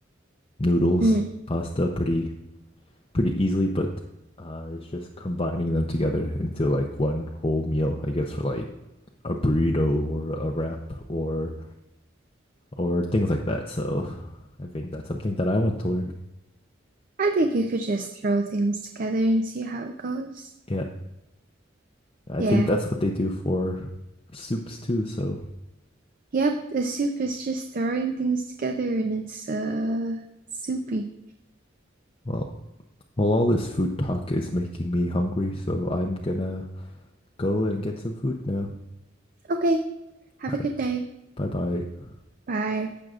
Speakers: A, on the left; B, on the right.
A: noodles,
B: Mm.
A: pasta pretty pretty easily, but uh, it's just combining them together into like one whole meal, I guess, for like a burrito or a wrap or or things like that. So I think that's something that I want to learn.
B: I think you could just throw things together and see how it goes.
A: Yeah, I
B: Yeah.
A: think that's what they do for soups too. So
B: Yep, the soup is just throwing things together and it's uh soupy.
A: well, well, all this food talk is making me hungry, so I'm gonna go and get some food now.
B: Okay, Have
A: All
B: a good
A: right,
B: day.
A: bye bye.
B: Bye.